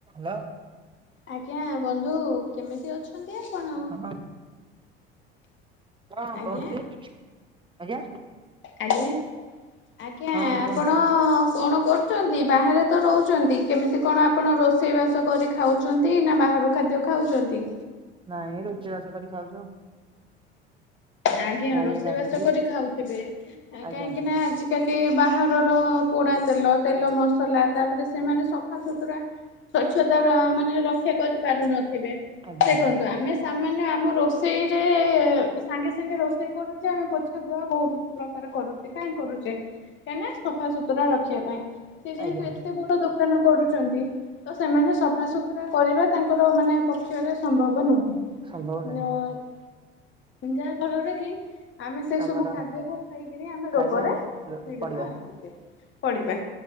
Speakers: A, on the right; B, on the left.
A: ହ
B: ଆଜ୍ଞା ବନ୍ଧୁ କେମିତି ଅଛନ୍ତି ଆପଣ
A: ହଁ ହଁ
B: ଆଜ୍ଞା।
A: <unintelligible> ଆଜ୍ଞା
B: ଆଜ୍ଞା। ଆଜ୍ଞା
A: ହଁ
B: ଆପଣ
A: କୁହନ୍ତୁ।
B: କଣ କରୁଛନ୍ତି ବାହାରେ ତ ରହୁଛନ୍ତି କେମିତି କଣ ଆପଣ ରୋଷେଇ ବାସ କରି ଖାଉଛନ୍ତି ନା ବାହାରାରୁ ଖାଦ୍ୟ ଖାଉଛନ୍ତି?
A: ନାଇଁ ରୋଷେଇ ବାସ କରି ଖାଉଛୁ।
B: ଆଜ୍ଞା
A: ଭାଇ
B: ରୋଷେଇ
A: ହେରିକା
B: ବାସ
A: ଅଛନ୍ତି
B: କରି ଖାଉଥିବେ ଏଁ
A: ଆଜ୍ଞା
B: କାହିଁକି ନା ଆଜି କାଲି ବାହାରର ପୋଡା ତେଲ ତେଲ ମସଲା ତାପରେ ସେମାନେ ସଫାସୁତୁରା ସ୍ୱଚ୍ଛତାର ମାନେ ରକ୍ଷା କରିପାରୁନଥିବେ
A: ଆଜ୍ଞା
B: ଦେଖନ୍ ନ୍ତୁ ଆମେ ସାମାନ୍ୟ ଆମ ରୋଷେଇରେ ସାଙ୍ଗେ ସାଙ୍ଗେ ରୋଷେଇ କରୁଚେ ଆମେ ପୋ ଛା ଧୁଆ ବୋହୁତ ପ୍ରକାର କରୁଚେ କାହିଁକି କରୁଚେ କାହିଁକି ନା ସଫା ସୁୁତୁରା ରଖିବା ପାଇଁ। ସିଏ ଯେହେତୁ
A: ଆଜ୍ଞା।
B: ଏତେ ବଡ ଦୋକାନ କରୁଛନ୍ତି। ତ ସେମାନେ ସଫାସୁତୁରା କରିବା ତାଙ୍କର ମାନେ ପକ୍ଷରେ ସମ୍ଭବ ନୁହେଁ।
A: ସମ୍ଭବ
B: <unintelligible>
A: ନାହିଁ
B: ଯାହା ଫଳରେ କି ଆମେ ସେ
A: ଆମର
B: ସବୁ ଖାଦ୍ୟକୁ ଖାଇକିରି ଆମେ
A: ଖାଇଲେ
B: ରୋଗୋରେ
A: ଆମେ
B: ପୀଡିତ
A: ପଡିବା
B: ହେଉଚେ। ପଡିବା